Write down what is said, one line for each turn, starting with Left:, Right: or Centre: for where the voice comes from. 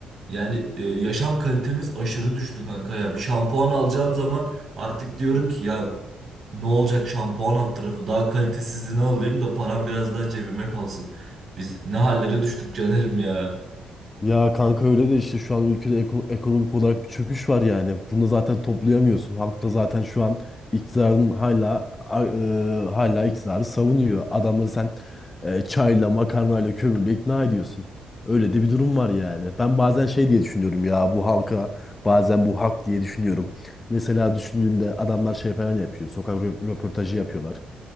Right: yani e, yaşam kalitemiz aşırı düştü kanka ya. Bir şampuan alacağım zaman artık diyorum ki ya ne olacak şampuan alt tarafı daha kalitesizini alayım da param biraz daha cebime kalsın. Biz ne hallere düştük Caner'im ya.
Left: Ya kanka öyle de işte şu an ülkede eko- ekonomik olarak bir çöküş var yani. Bunu da zaten toplayamıyorsun. Halk da zaten şu an iktidarın hala a- e, hala iktidarı savunuyor. Adamları sen e, çayla, makarnayla, kömürle ikna ediyorsun. Öyle de bir durum var yani. Ben bazen şey diye düşünüyorum ya bu halka bazen bu hak diye düşünüyorum. Mesela düşündüğünde adamlar şey falan yapıyor. Sokak rö- röportajı yapıyorlar.